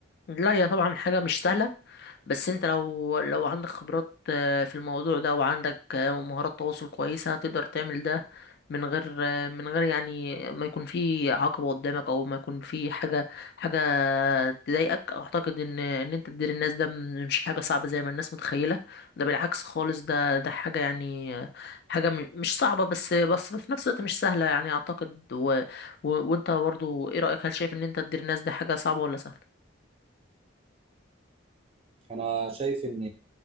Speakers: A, on the left; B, on the right.
A: لا هي طبعا حاجة مش سهلة بس انت لو لو عندك خبرات آه، في الموضوع ده وعندك آه، مهارات تواصل كويسة تقدر تعمل ده من غير آه، من غير يعني ما يكون في عقبة قدامك او ما يكون في حاجة حاجة تضايقك اعتقد ان ان انت تدير الناس ده م- مش حاجة صعبة زي ما الناس متخيلة ده بالعكس خالص ده ده حاجة يعني آه، حاجة م- مش صعبة بس بس في نفس الوقت مش سهلة يعني اعتقد و و وانت برضو ايه رأيك هل شايف ان انت تدير الناس ده حاجة صعبة ولا سهلة
B: انا شايف ان